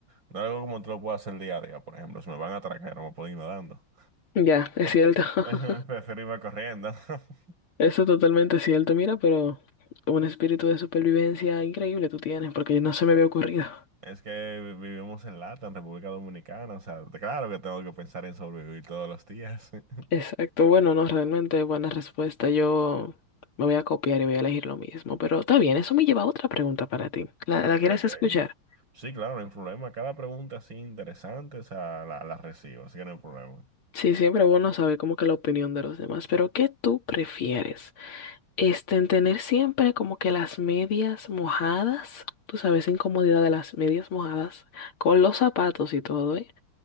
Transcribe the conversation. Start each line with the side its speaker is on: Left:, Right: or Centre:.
Right: no es algo como te lo puedo hacer día a día. Por ejemplo, si me van a atracar, no me puedo ir nadando.
Left: Ya, es cierto.
Right: <laughs>
Left: <laughs>
Right: Prefiero irme corriendo. <laughs>
Left: Eso es totalmente cierto, mira, pero un espíritu de supervivencia increíble tú tienes, porque no se me había ocurrido.
Right: Es que vi- vivimos en Lata, en República Dominicana. O sea, claro que tengo que pensar en sobrevivir todos los días.
Left: <laughs> Exacto,
Right: <laughs>
Left: bueno, no, realmente buena respuesta. Yo me voy a copiar y voy a elegir lo mismo, pero está bien, eso me lleva a otra pregunta para ti. ¿La,
Right: Ok,
Left: la quieres
Right: ok.
Left: escuchar?
Right: Sí, claro, no hay problema. Cada pregunta así interesante, o sea, la, la recibo, así que no hay problema.
Left: Sí, siempre es bueno saber como que la opinión de los demás, pero ¿qué tú prefieres? Este, en tener siempre como que las medias mojadas, tú sabes, incomodidad de las medias mojadas, con los zapatos y todo, ¿eh?